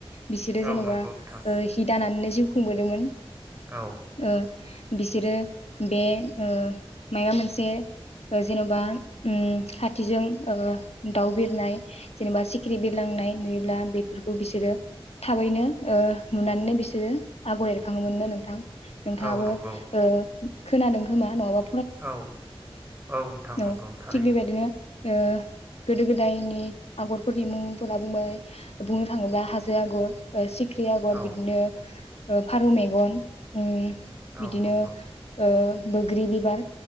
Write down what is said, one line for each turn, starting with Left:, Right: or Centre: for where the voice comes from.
Left: बिसोरो
Right: औ
Left: जेनेबा
Right: नंगौ नोंथां
Left: ओ हि दानानैनो जिउ खुंबोदोंमोन
Right: औ
Left: ओ बिसोरो बे ओ माया मोनसे ओ जेनबा उम खाथिजों ओ दाउ बिरनाय जेनेबा सिखिरि बिरलांनाय नुयोब्ला बेफोरखौ बिसोरो थाबैनो ओ नुनानैनो बिसोरो आगर एरखाङोमोननो नोंथां। नोंथाङाबो
Right: औ नंगौ
Left: ओ खोनादों खोमा नङाबो
Right: औ औ नोंथांनंगौ
Left: औ
Right: थारैनो
Left: थिग बेबायदिनो ओ गोदो गोदायनि आगरफोरनि मुंफोरा बुंबाय बुंनो थाङोब्ला हाजो आगर सिख्रि आगर
Right: औ
Left: बिदिनो फारौ मेगन उम
Right: औ
Left: बिदिनो
Right: नंगौ
Left: ओ बोग्रि बिबार